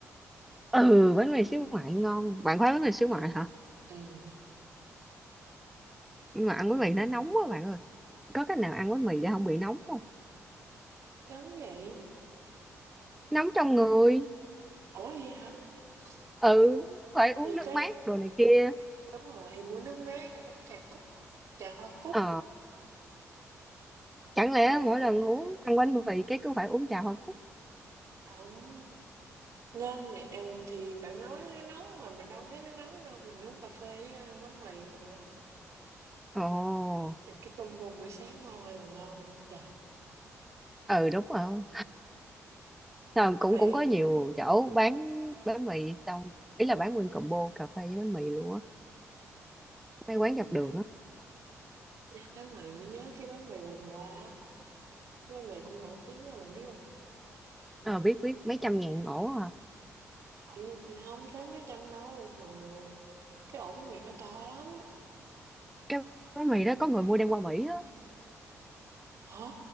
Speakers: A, in the centre; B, on the right (about 60°).
A: ừ bánh mì xíu ngoại ngon bạn khoái bánh mì xíu ngoại hả
B: Ừ,
A: nhưng mà ăn
B: ừm,
A: bánh mì nó nóng quá bạn ơi có cách nào ăn bánh mì để không bị nóng không
B: nóng vậy.
A: nóng trong người
B: Ủa vậy hả?
A: ừ
B: Ủa,
A: phải uống
B: thì
A: nước
B: cái
A: mát đồ này kia
B: Đúng rồi, mua nước mát, uống trà cúc, trà hoa cúc,
A: ờ chẳng lẽ
B: rồi
A: mỗi lần uống ăn bánh mì cái cứ phải uống trà hoa cúc
B: không nên thì, ờ, thì bạn nói nó nóng mà mình đâu thấy nó nóng đâu, mình uống cà phê với ăn bánh mì mà,
A: ồ
B: rồi cái combo buổi sáng ngon ơi là ngon luôn. Trời,
A: ừ đúng rồi Ờ, cũng
B: bạn
A: cũng có nhiều chỗ bán bánh mì xong ý là bán nguyên combo cà phê với bánh mì luôn á mấy quán
B: ừ,
A: dọc
B: nhắc
A: đường á
B: nhắc bánh mì mới nhớ cái bánh mì Quỳnh Hoa á, cái bánh mì cũng nổi tiếng á, bạn biết không
A: ờ biết biết mấy trăm ngàn ổ à.
B: không hông tới mấy trăm đâu, mà cái ổ bánh mì nó to lắm.
A: cái bánh mì đó có người mua đem qua Mỹ á
B: Hả?